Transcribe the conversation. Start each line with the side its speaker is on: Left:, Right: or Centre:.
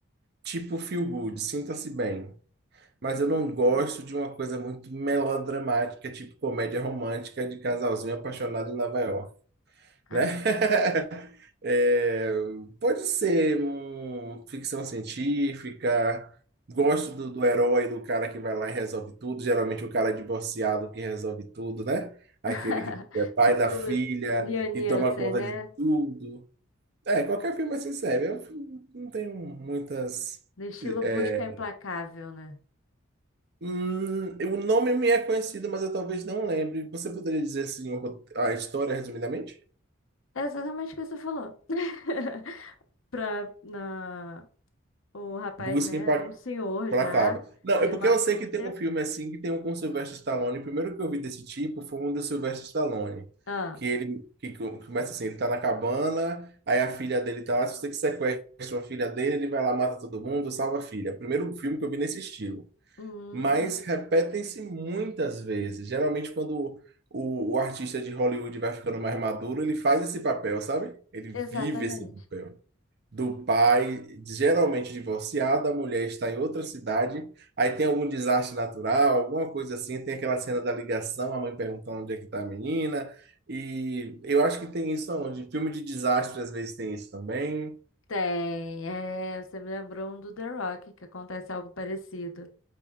Right: tipo feel good, sinta-se bem. Mas
Left: Hum.
Right: eu não gosto de uma coisa muito melodramática, tipo comédia romântica de casalzinho apaixonado em Nova York,
Left: ah.
Right: né? <laughs> É, pode ser um, ficção científica. Gosto
Left: Hum.
Right: do, do herói, do cara que vai lá e resolve tudo. Geralmente o cara é divorciado que resolve tudo, né? Aquele
Left: <laughs>
Right: que é pai
Left: Tipo,
Right: da filha
Left: Lianilson,
Right: e toma conta
Left: né?
Right: de tudo. É, qualquer filme é assim serve. Eu não tenho muitas.
Left: No estilo
Right: é,
Left: Busca Implacável, né?
Right: hum, o nome me é conhecido, mas eu talvez não lembre. Você poderia dizer assim o- rot- a história resumidamente?
Left: É exatamente o que você falou. <laughs> Pra, na, o rapaz,
Right: Busquem
Left: né?
Right: pra
Left: Um senhor
Right: Placável.
Left: já,
Right: Não,
Left: tem
Right: é porque
Left: uma
Right: eu
Left: filha.
Right: sei que tem um filme assim que tem um com Sylvester Stallone. O primeiro que eu vi desse tipo foi um do Sylvester Stallone.
Left: Ah,
Right: Que ele que co- começa assim, ele tá na cabana, aí a filha dele tá lá, se você que sequestra a filha dele, ele vai lá, mata todo mundo, salva a filha. Primeiro filme que eu vi nesse estilo.
Left: hum,
Right: mas repetem-se muitas vezes. Geralmente, quando o, o artista de Hollywood vai ficando mais maduro, ele faz esse papel, sabe? Ele
Left: exatamente.
Right: vive esse papel. Do pai, geralmente divorciado, a mulher está em outra cidade, aí tem algum desastre natural, alguma coisa assim, tem aquela cena da ligação, a mãe perguntando onde é que está a menina, e eu acho que tem isso onde filme de desastre às vezes tem isso também.
Left: Tem, é, você me lembrou um do The Rock, que acontece algo parecido.